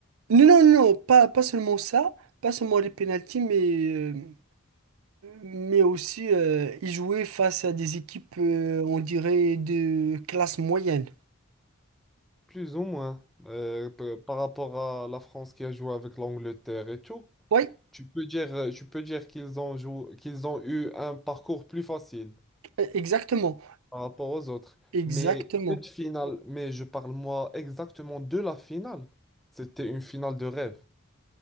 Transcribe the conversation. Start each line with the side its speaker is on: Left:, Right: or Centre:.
Right: Non, non, non, pas, pas seulement ça, pas seulement les pénaltys, mais, euh, mais aussi euh, ils jouaient face à des équipes, euh, on dirait, de classe moyenne.
Centre: plus ou moins, euh, p- par rapport à la France qui a joué avec l'Angleterre et tout.
Right: Oui,
Centre: Tu peux dire, euh, tu peux dire qu'ils ont joué, qu'ils ont eu un parcours plus facile.
Right: e- exactement,
Centre: par rapport aux autres.
Right: exactement.
Centre: Mais cette finale, mais je parle moi exactement de la finale. C'était une finale de rêve.